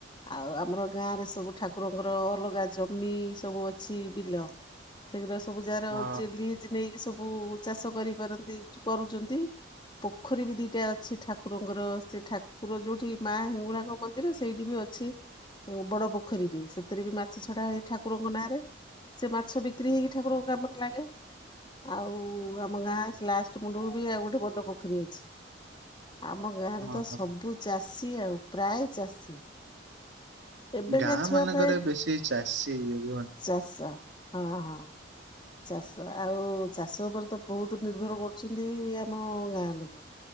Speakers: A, on the left (about 25°); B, on the right (about 75°).
A: ଆଉ ଆମର ଗାଁ ରେ ସବୁ ଠାକୁରଙ୍କର ଅଲଗା ଜମି ସବୁ ଅଛି ବିଲ। ସେଗୁଡା ସବୁ ଯାର
B: ହଁ
A: ଚି ଲିଜ୍ ନେଇକି ସ ସବୁ ଚାଷ କରିପାରନ୍ତି କରୁଛନ୍ତି। ପୋଖରୀ ବି ଦିଟା ଅଛି ଠାକୁରଙ୍କର। ସେ ଠାକୁର ଯୋଉଠି ମା ହିଙ୍ଗୁଳାଙ୍କ ମନ୍ଦିର ସେଇଠି ବି ଅଛି। ବଡ ପୋଖରୀରେ ସେଥିରେ ବି ମାଛ ଛଡା ହୁଏ ଠାକୁରଙ୍କ ନାଁରେ। ସେ ମାଛ ବିକ୍ରି ହେଇକି ଠାକୁରଙ୍କ କାମରେ ଲାଗେ। ଆଉ ଆମ ଗାଁ ଲାଷ୍ଟ ମୁଣ୍ଡରୁ ବି ଆଉ ଗୋଟେ ବଡ ପୋଖରୀ ଅଛି। ଆମ ଗାଁରେ
B: ହଁ
A: ତ
B: ହଁ।
A: ସବୁ ଚାଷୀ ଆଉ ପ୍ରାୟ ଚାଷୀ। ଏବେକା
B: ଗାଁ
A: ଛୁଆ
B: ମାନଙ୍କରେ
A: ପ୍ରାୟ
B: ବେଶୀ ଚାଷୀ ରୁହନ୍ତି।
A: ଚାଷ ହଁ ହଁ ଚାଷ ଆଉ ଚାଷ ଉପରେ ତ ବହୁତ ନିର୍ଭର କରୁଛନ୍ତି ଆମ ଗାଁ ଲୋକ।